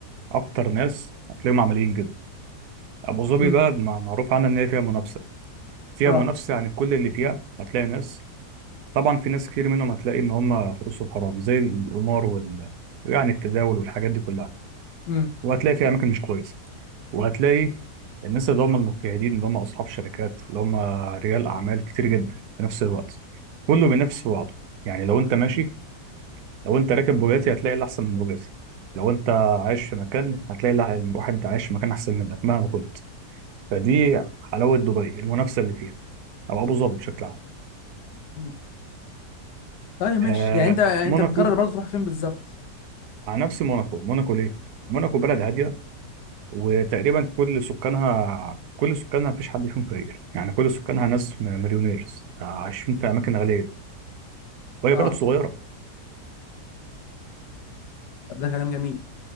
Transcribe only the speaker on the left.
امم
اه
امم
امم
أمم. طيب ماشي
يعني أنت أنت
مقرر برضو تروح فين بالظبط
اه
طب ده كلام جميل